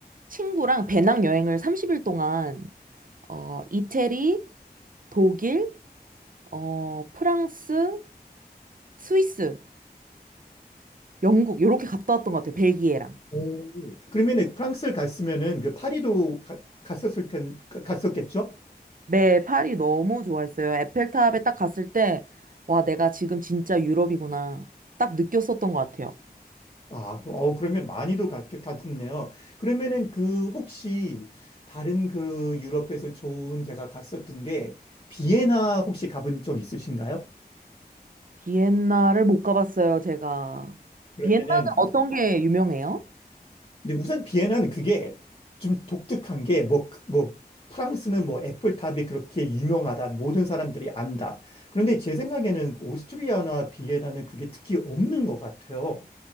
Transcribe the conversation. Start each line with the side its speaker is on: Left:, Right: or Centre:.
Right: 친구랑 배낭 여행을 30일 동안, 어, 이태리, 독일, 어, 프랑스, 스위스, 영국, 이렇게 갔다 왔던 것 같아요. 벨기에랑.
Left: 오, 그러면은 프랑스를 갔으면은 그 파리도 가- 갔었을 텐, 가- 갔었겠죠?
Right: 네, 파리 너무 좋아했어요. 에펠탑에 딱 갔을 때, 와, 내가 지금 진짜 유럽이구나. 딱 느꼈었던 것 같아요.
Left: 아, 그- 어, 그러면 많이도 갔, 갔었네요. 그러면은 그 혹시 다른 그 유럽에서 좋은 제가 갔었던 게 비엔나 혹시 가본 적 있으신가요?
Right: 비엔나를 못 가봤어요, 제가.
Left: 그러면은
Right: 비엔나는 어떤 게 유명해요?
Left: 근데 우선 비엔나는 그게 좀 독특한 게 뭐, 그- 뭐, 프랑스는 뭐 애플탑이 그렇게 유명하다. 모든 사람들이 안다. 그런데 제 생각에는 오스트리아나 비엔나는 그게 특히 없는 것 같아요.